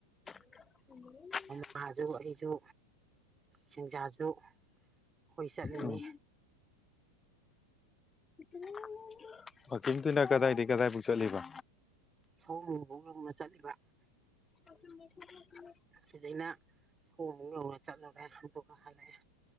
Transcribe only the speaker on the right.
ꯉꯥꯁꯨ ꯑꯩꯁꯨ ꯆꯦꯟꯖꯥꯁꯨ ꯑꯩꯈꯣꯏ ꯆꯠꯂꯤꯅꯤ
ꯁꯧꯋꯨꯝꯕꯨꯡ ꯌꯧꯅ ꯆꯠꯂꯤꯕ
ꯁꯤꯗꯩꯅ ꯁꯧꯋꯨꯝꯕꯨꯡ ꯌꯧꯅ ꯆꯠꯂꯨꯔꯦ ꯑꯗꯨꯒ ꯍꯜꯂꯛꯑꯦ